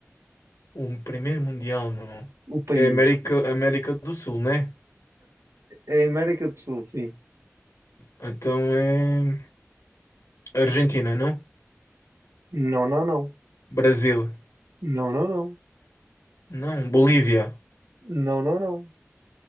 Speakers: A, on the left (about 85°); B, on the right (about 85°).
A: Um primeiro mundial, não.
B: O país
A: É América, América do Sul, né?
B: é a América do Sul, sim.
A: Então é Argentina, não?
B: Não, não, não.
A: Brasil,
B: Não, não, não.
A: não? Bolívia,
B: Não, não, não.